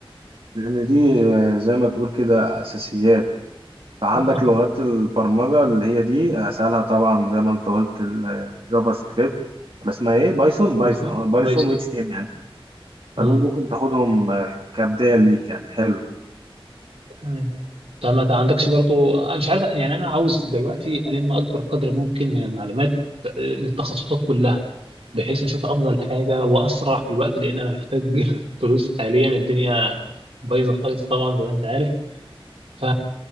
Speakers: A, on the right; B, on the right.
A: لان دي آه، زي ما تقول كده اساسيات فعندك
B: اه
A: لغات البرمجة اللي هي دي اسهلها طبعا زي ما انت قلت الجافا سكريبت ولا اسمها ايه بايثون
B: بايثون
A: بايثون اه بايثون
B: بايثون
A: و اتش تي ام ال
B: امم
A: فدول ممكن تاخدهم آه، كبداية ليك يعني حلو
B: تمام طب ما عندكش برضو انا مش عارف يعني انا عاوز دلوقتي الم اكبر قدر ممكن من المعلومات آه، للتخصصات كلها بحيث اشوف افضل حاجه واسرع في الوقت لان انا محتاج <laughs> فلوس حاليا الدنيا بايظه خالص طبعا زي ما انت عارف ف